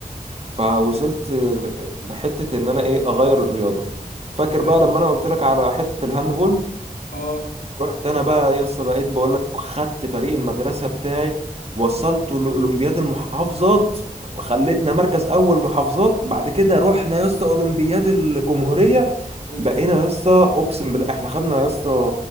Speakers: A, on the right; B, on the left.
A: فوصلت ل- لحتة ان انا ايه اغير الرياضة فاكر
B: ايوه
A: بقى لما انا قلت لك على حتة الهاندبول
B: اه
A: رحت انا بقى يس بقيت بقول لك خدت فريق المدرسة بتاعي وصلته لاولمبياد المحافظات وخلتنا مركز اول محافظات بعد كده رحنا يا اسطى اولمبياد الجمهورية
B: اوف
A: بقينا يا اسطى اقسم بالله احنا خدنا يا اسطى